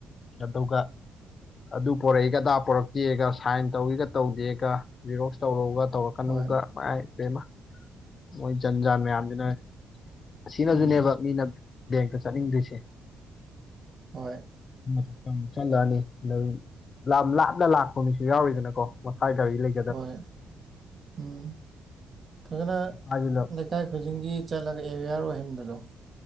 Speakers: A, on the left; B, on the right.
A: ꯑꯗꯨꯒ ꯑꯗꯨ ꯄꯣꯔꯛꯏꯒꯗꯥ ꯄꯣꯔꯛꯇꯦꯒ ꯁꯥꯏꯟ ꯇꯧꯒꯒ ꯇꯧꯗꯦꯒ ꯔꯤꯔꯣꯛꯁ ꯇꯧꯔꯒ ꯇꯧꯔꯛꯀꯅꯨꯒ
B: ꯍꯣꯏ
A: ꯃꯥꯏꯃ ꯃꯣꯏ ꯖꯟ ꯖꯥꯟ ꯃꯌꯥꯝꯁꯤꯅ ꯑꯁꯤꯅꯁꯨꯅꯦꯕ
B: ꯎꯝ
A: ꯃꯤꯅ ꯕꯦꯡꯇ ꯆꯠꯅꯤꯡꯗꯣꯏꯁꯦ
B: ꯍꯣꯏ
A: ꯃꯊꯛꯇ ꯑꯃꯨꯛ ꯆꯠꯅꯔꯅꯤ ꯑꯗ ꯂꯥꯞꯅ ꯂꯥꯛꯄ ꯃꯤꯁꯨ ꯌꯥꯎꯔꯤꯗꯅꯀꯣ ꯃꯈꯥ ꯒꯥꯔꯤ ꯂꯩ
B: ꯍꯣꯏ ꯎꯝ ꯐꯒꯅ ꯂꯩ
A: ꯃꯁꯥꯒꯤ ꯂꯝ
B: ꯂꯩꯀꯥꯏ ꯈꯨꯗꯤꯡꯒꯤ ꯆꯠꯂꯒ ꯑꯦꯋꯦꯌꯥꯔ ꯑꯣꯏꯍꯟꯕꯗꯣ